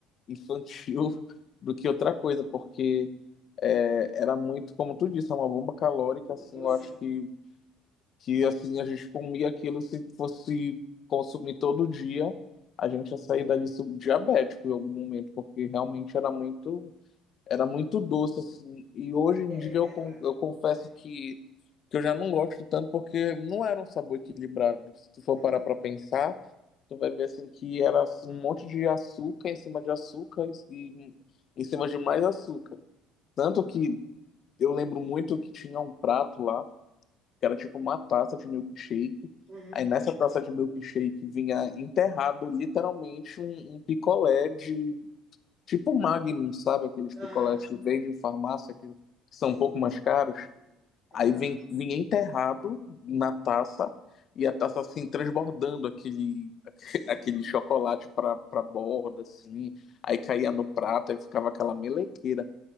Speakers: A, on the left; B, on the right.
A: infantil <laughs> do que outra coisa, porque é, era muito, como tu disse, é uma bomba calórica,
B: Muito
A: assim,
B: doce,
A: eu acho
B: né?
A: que que assim a gente comia aquilo se fosse consumir todo dia, a gente ia sair dali subdiabético em algum momento, porque realmente era muito era muito doce assim. E hoje
B: É,
A: em dia
B: verdade.
A: eu, con- eu confesso
B: é verdade.
A: que que eu já não gosto tanto porque não era um sabor equilibrado. Se tu for
B: Uhum,
A: parar para pensar, tu vai ver assim que era assim, um monte de açúcar em cima de açúcar e e em cima de mais açúcar. Tanto que eu lembro muito que tinha um prato lá que era tipo uma taça de milkshake.
B: uhum,
A: Aí nessa taça de milkshake vinha enterrado literalmente um, um picolé de tipo Magnum, sabe? Aqueles picolés
B: aham,
A: que vem de farmácia que são
B: sim.
A: um pouco mais caros.
B: Delícia. Aham,
A: Aí vem, vinha enterrado na taça e a taça assim transbordando aquele, <laughs>
B: sim.
A: aquele chocolate para para borda assim. Aí caía no prato e ficava aquela melequeira.